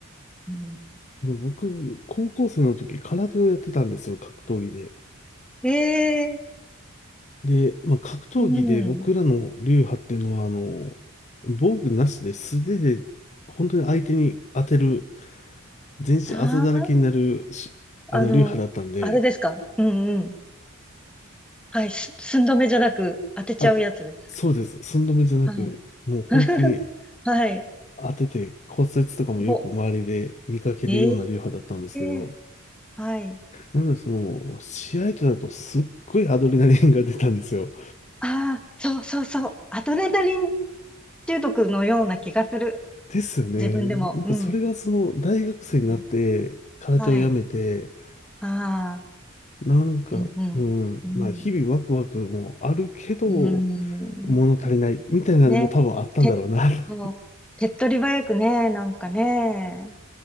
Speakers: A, in the centre; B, on the left.
A: うん、
B: あの僕、高校生の時、空手をやってたんですよ、格闘技で。
A: ええ
B: で、まあ、格闘技で僕らの流派っていうのは、
A: うん。
B: あの、防具なしで素手で、本当に相手に当てる、全身あざだらけになるし、
A: あ
B: あの、
A: あ、あの、
B: 流派だったんで、
A: あれですか。うんうん。はい、す、寸止めじゃなく当てちゃうやつです。
B: あ、そうです。寸止めじゃなく、
A: はい。
B: もう本当に
A: <laughs> はい。
B: 当てて骨折とかもよく周りで見かけるような流派だったんですけど、
A: お、ええはい。
B: なのでその、試合となるとすっごいアドレナリンが出たんですよ。
A: ああ、そうそうそう。アドレナリン中毒のような気がする。
B: ですよね。
A: 自分でも。
B: なんかそれがその、
A: うん。
B: 大学生になって、
A: うん。
B: 空手をやめて、
A: はい。ああ。
B: なんか、
A: うん、うん。
B: うん、
A: うん。
B: まあ日々ワクワクもあるけど、
A: うーん。
B: 物足りないみたいなのも多分あったんだろうな。
A: ね。て、
B: <laughs>
A: もう、手っ取り早くね、なんかね。